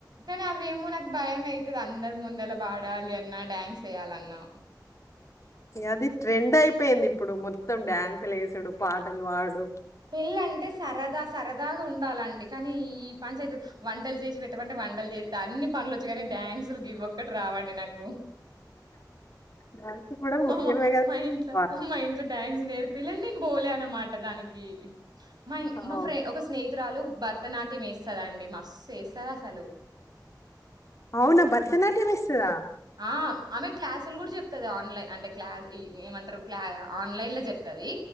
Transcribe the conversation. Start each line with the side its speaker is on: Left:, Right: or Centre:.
Right: కానీ అవేమో నాకు భయం అవుతుంది అందరు ముందలా పాడాలి అన్నా డ్యాన్స్ వయాలన్నా
Left: అది ట్రెండ్ అయిపోయింది ఇప్పుడు మొత్తం డ్యాన్సులు వేసుడు పాటలు పాడు
Right: పెళ్ళంటే సరదా సరదాగా ఉండాలండి కానీ ఈ పంచాయతీ వంటలు చేసి పెట్టమంటే వంటలు చేస్తా అన్ని పనులుచ్చు కానీ డాన్సులు ఇవ్వక్కటి రావండి నాకు
Left: డాన్స్ కూడా
Right: మా
Left: ముఖ్యమే కదా
Right: మా ఇంట్లో మా ఇంట్లో డాన్స్ నేర్పియలేదు నేను బోలే అన్నమాట దానికి మా
Left: అవును
Right: మా ఫ్రెం ఒక స్నేహి స్నేహితురాలు భరతనాట్యం వేస్తుందండి మస్తు వేస్తది అసలు
Left: అవునా భరతనాట్యం వేస్తదా
Right: ఆ ఆమె క్లాసులు కూడా చెపి చెప్తుంది ఆన్లైన్ అంటే క్లా ఏమంటారు క్లా ఆన్లైన్ లో చెప్తుంది